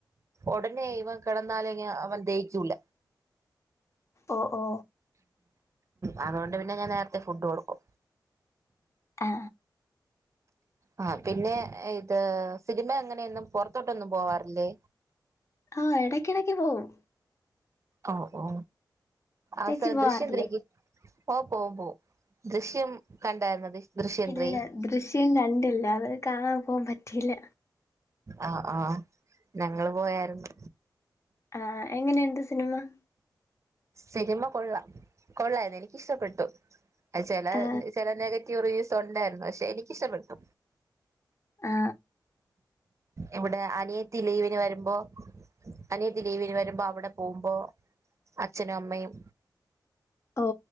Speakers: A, on the right; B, on the left.
A: ഉടനെ ഇവൻ കിടന്നാലും അവന് ദഹി ക്കൂല
B: ഓ ഓ
A: അ അതുകൊണ്ട് പിന്നെ ഞാൻ നേരത്തെ ഫുഡ് കൊടുക്കും
B: ആ
A: ആ പിന്നെ ഇത് സിനിമ അ ങ്ങനെയൊന്നും പുറത്തോട്ടൊന്നും പോവാറില്ലേ
B: ആ എടക്കിടക്ക് പോകും
A: ഓ ഓ ആസർ
B: ചേച്ചി പോവാറില്ലേ
A: ദൃശ്യം ത്രീ ക്ക് ഓ പോവും പോവും ദൃശ്യം കണ്ടായിരുന്നോ ദൃശ്യം
B: ഇല്ല
A: ത്രീ
B: ദൃശ്യം കണ്ടില്ല അത് കാണാൻ പോവാൻ പറ്റിയില്ല
A: ആഹ ആഹ ഞങ്ങള് പോയാര്ന്നു
B: ആ എങ്ങനെയുണ്ട് സിനിമ
A: സിനിമ കൊള്ളാം കൊള്ളായിരുന്നു എനിക്ക് ഇഷ്ട്ട പ്പെട്ടു ചെല
B: ആ
A: ചെല നെഗറ്റീവ് റിവ്യൂസ് ഉണ്ടായിരുന്നു പക്ഷെ എനിക്കിഷ്ട്ട പ്പെട്ടു
B: ആ
A: ഇവിടെ അനിയത്തി ലീവിന് വരുമ്പൊ അനിയത്തി ലീവിന് വരുമ്പൊ അവിടെ പോവുമ്പൊ അച്ഛനും അമ്മയും
B: ഓ